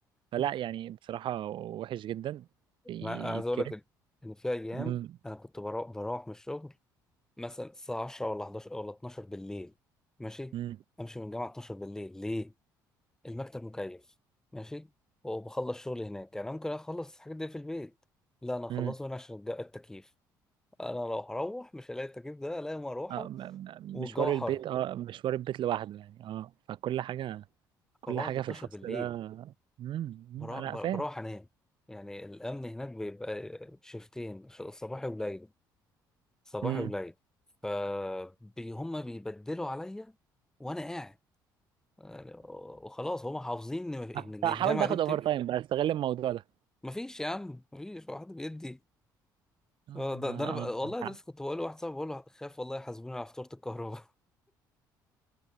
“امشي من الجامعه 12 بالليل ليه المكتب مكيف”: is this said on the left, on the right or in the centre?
Centre